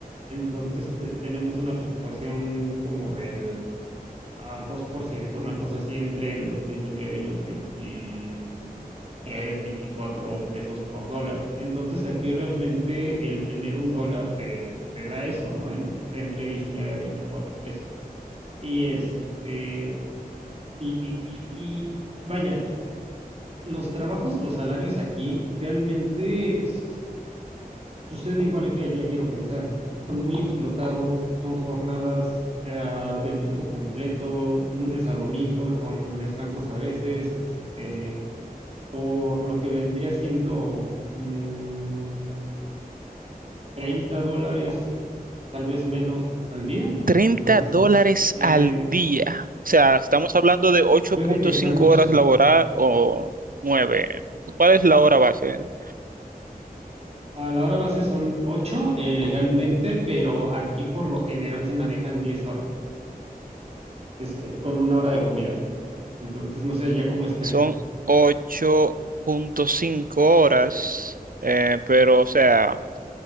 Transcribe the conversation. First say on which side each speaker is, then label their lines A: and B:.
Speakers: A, on the right; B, on the right.
A: Entonces, es- tenemos una fluctuación como del ah, 2%, una cosa así entre los 19 y los 20, tres veinticuatro pesos por dólar. Entonces aquí realmente el tener un dólar te, te da eso, ¿no? En, en- entre 19 a 24 pesos. Y este, y, y, y- y vaya, los trabajos, los salarios aquí realmente s- sucede igual que ya quiero pensar. Son muy explotados, son jornadas eh, de tiempo completo, lunes a domingo, con descansos a veces, este, por lo que vendría siendo mm, 30 dólares, tal vez menos al día.
B: 30
A: Entonces,
B: dólares
A: em,
B: al día. O sea, estamos hablando de ocho
A: puede
B: punto
A: que sea
B: cinco
A: muchísimo.
B: horas laboral o 9. ¿Cuál es la hora base?
A: A la hora base son ocho eh, legalmente, pero aquí por lo general se manejan 10 horas, es, eh, con una hora de comida. Entonces, no sé, ya cómo esté.
B: Son ocho punto cinco horas, eh, pero o sea,